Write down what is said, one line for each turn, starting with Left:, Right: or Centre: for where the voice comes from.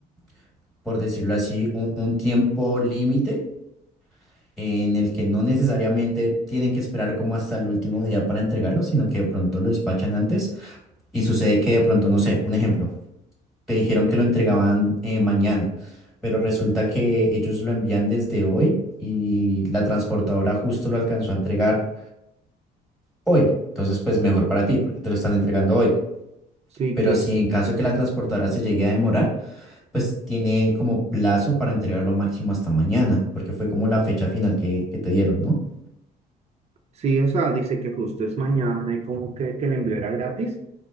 Centre: <clears throat> por decirlo así, un, un tiempo límite en el que no necesariamente tienen que esperar como hasta el último día para entregarlo, sino que de pronto lo despachan antes. Y sucede que de pronto, no sé, un ejemplo, te dijeron que lo entregaban eh, mañana, pero resulta que ellos lo envían desde hoy y la transportadora justo lo alcanzó a entregar hoy. Entonces, pues mejor para ti, porque te lo están entregando hoy.
Right: Sí,
Centre: Pero
Right: claro.
Centre: si en caso de que la transportadora se llegue a demorar, pues tiene como plazo para entregarlo máximo hasta mañana, porque fue como la fecha final que, que te dieron, ¿no?
Right: Sí, o sea, dice que justo es mañana y como que, que el envío era gratis.